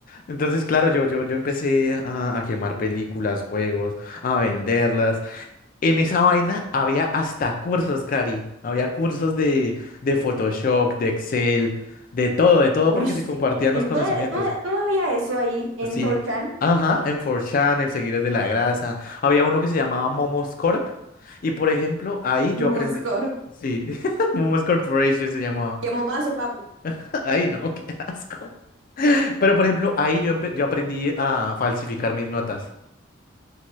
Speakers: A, on the left (about 45°); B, on the right (about 80°).
A: Entonces, claro, yo, yo, yo empecé a, a quemar películas, juegos, a venderlas. En esa vaina había hasta cursos, Cari. Había cursos de, de Photoshop, de Excel, de todo, de todo,
B: Uy,
A: porque se compartían
B: en
A: los conocimientos.
B: toda, toda- todavía eso ahí en
A: Sí,
B: 4chan,
A: ajá, en 4chan, en Seguidores de la Grasa. Había uno que se llamaba Momos Corp. Y por ejemplo, ahí yo
B: <laughs>
A: aprendí.
B: no Corp.
A: Sí, <laughs> Momos Corporation se llamaba.
B: Llamó más o papu,
A: <laughs> Ay, no, qué asco. Pero por ejemplo, ahí yo, empe- yo aprendí a falsificar mis notas.